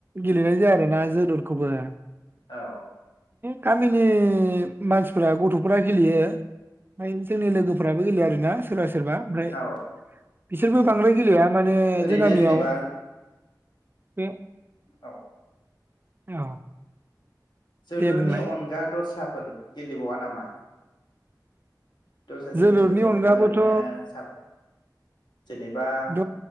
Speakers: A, on the right (about 30°); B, on the left (about 85°).
A: गेलेनाय जाया आरो ना जोलुरखौबो।
B: औ
A: गामिनि मानसिफ्रा गथ'फोरा गेलेयो ओमफ्राय जोंनि लोगोफोराबो गेलेयो आरोना सोरबा सोरबा ओमफ्राय
B: औ
A: बिसोरबो बांद्राय या माने
B: ओरैनो
A: जों गामियाव
B: जेनेबा
A: बे
B: औ।
A: औ
B: जोलुरनि
A: दे बुंलाय
B: अनगा दर साब फोर गेलेबावा नामा? दस्रा जिनिसफोर
A: जोलुरनि
B: जेनेबा
A: अनगाबोथ'
B: ओरैनो साब जेनेबा
A: द